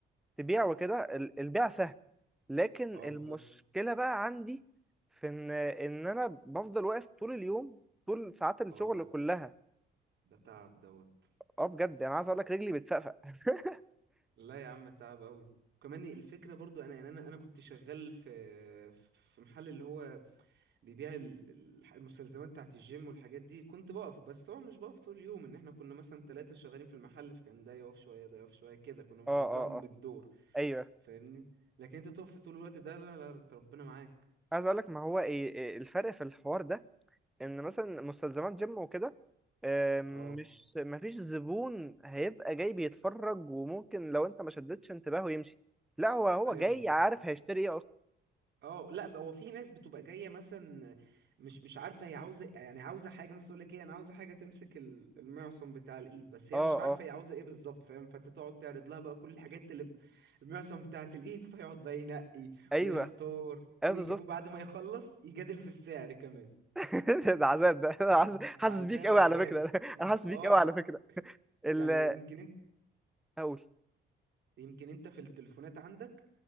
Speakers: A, in the centre; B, on the right.
A: تبيع وكده ال- البيع سهل لكن
B: اه
A: المشكلة
B: بالظبط
A: بقى عندي في ان ان انا بفضل واقف طول اليوم طول ساعات الشغل
B: اه ده
A: كلها
B: ده تعب دوت
A: اه بجد انا عايز اقول لك رجلي بتفقفق <laughs>
B: لا يا عم تعب قوي كمان الفكره برضو انا يعني انا انا كنت شغال في في محل اللي هو بيبيع ال- ال- المستلزمات بتاعت الجيم والحاجات دي كنت بقف بس طبعا مش بقف طول اليوم ان احنا كنا مثلا ثلاثة شغالين في المحل فكان ده يقف شوية ده يقف شوية كده كنا بنوزعهم
A: اه اه اه
B: بالدور
A: ايوه
B: فاهمني لكن انت تقف طول الوقت ده لا لا ربنا معاك
A: عايز اقول لك ما هو ايه إيه الفرق في الحوار ده ان مثلا مستلزمات جيم وكده آه، مش
B: اه
A: ما فيش زبون هيبقى جاي بيتفرج وممكن لو انت ما شدتش انتباهه يمشي لا هو هو
B: ايوه
A: جاي
B: بالظبط
A: عارف هيشتري ايه اصلا
B: اه لا بقى هو في ناس بتبقى جايه مثلا مش مش عارفه هي عاوزه يعني عاوزه حاجه مثلا تقول لك ايه انا عاوزه حاجه تمسك ال- المعصم بتاع الايد بس هي
A: اه
B: مش
A: اه
B: عارفه
A: آه،
B: هي عاوزه ايه بالظبط فاهم فانت تقعد تعرض لها بقى كل الحاجات اللي ب- المعصم بتاعت الايد فيقعد بقى ينقي
A: ايوه
B: ويختار
A: اه
B: ويج...
A: بالظبط
B: وبعد ما يخلص يجادل في السعر كمان
A: <laughs> ده عذاب ده
B: <laughs>
A: أنا حاسس
B: ده
A: حاسس
B: عذاب
A: بيك قوي
B: عذاب
A: على فكره <laughs>
B: <laughs>
A: انا حاسس
B: اه
A: بيك قوي على فكره ال-
B: يعني يمكن انت
A: اقول
B: يمكن انت في التليفونات عندك